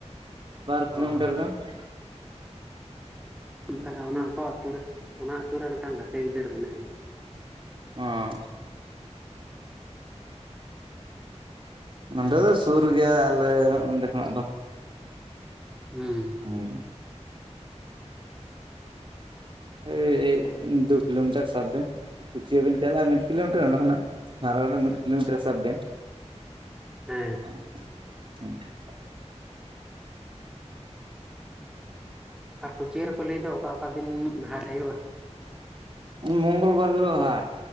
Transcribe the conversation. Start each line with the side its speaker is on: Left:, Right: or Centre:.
Right: ᱵᱟᱨ
Centre: ᱚ
Right: ᱠᱤᱞᱳ ᱢᱤᱴᱟᱨ ᱜᱟᱱ ᱾ <inaudible>
Centre: ᱛᱟᱦᱚᱞᱮ ᱚᱱᱟ ᱠᱚ ᱟᱹᱛᱩ ᱨᱮ ᱚᱱᱟ ᱟᱹᱛᱩ ᱨᱮ ᱢᱤᱫ ᱴᱟᱝ ᱜᱟᱛᱮ ᱜᱤᱫᱟᱹᱨ ᱢᱮᱱᱟᱭᱟ ᱾
Right: ᱚᱸᱻ ᱱᱚᱰᱮ ᱫᱚ ᱥᱩᱨ ᱜᱮᱭᱟ ᱟᱞᱮ ᱱᱚᱸᱰᱮ ᱠᱷᱚᱱᱟᱜ ᱫᱚ ᱾
Centre: ᱦᱩᱸ ᱾
Right: <unintelligible> ᱟᱹᱭ ᱫᱩ ᱠᱤᱞᱳ ᱢᱤᱴᱟᱨ ᱥᱟᱵ ᱵᱮᱱ ᱾ ᱠᱩᱪᱤᱭᱟᱹ ᱵᱮᱱ ᱪᱟᱞᱟᱜᱼᱟ ᱢᱤᱫ ᱠᱤᱞᱳᱢᱤᱴᱟᱨ, ᱚᱰᱮ ᱠᱷᱚᱱᱟᱜ ᱟᱨᱚ ᱢᱤᱫ ᱠᱤᱞᱳ ᱢᱤᱴᱟᱨ ᱥᱟᱵ ᱵᱮᱱ ᱾ <inaudible>
Centre: ᱦᱮᱸ ᱾
Right: <inaudible>
Centre: ᱟᱨ ᱠᱩᱪᱤᱭᱟᱹ ᱨᱮᱠᱚ ᱞᱟᱹᱭ ᱫᱚ ᱚᱠᱟ ᱚᱠᱟ ᱫᱤᱱ ᱦᱟᱴ ᱦᱩᱭᱩᱜᱼᱟ?
Right: ᱢᱚᱝᱜᱚᱞ ᱵᱟᱨ ᱦᱤᱞᱳᱜᱦᱟᱴ